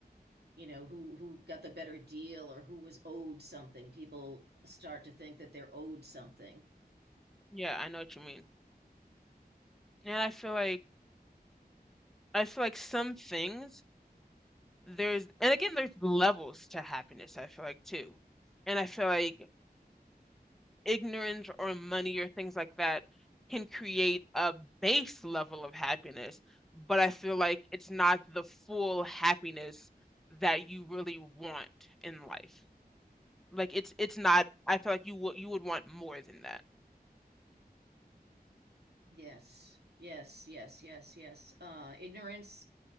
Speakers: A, on the right (about 85°); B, in the centre.
A: you know, who who got the better deal or who was owed something. People start to think that they're owed something
B: Yeah, I know what you mean. And I feel like I feel like some things there's and again there's levels to happiness, I feel like too. And I feel like ignorance or money or things like that can create a base level of happiness, but I feel like it's not the full happiness that you really want in life. Like it's it's not, I feel like you would you would want more than that.
A: Yes, yes, yes, yes, yes. Uh, ignorance